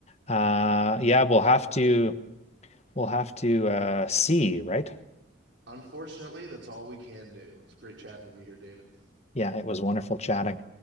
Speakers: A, on the left (about 35°); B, on the right (about 65°).
A: uh yeah, we'll have to we'll have to uh see, right?
B: Unfortunately, that's all we can do. It's great chatting with you here, David.
A: Yeah, it was wonderful chatting.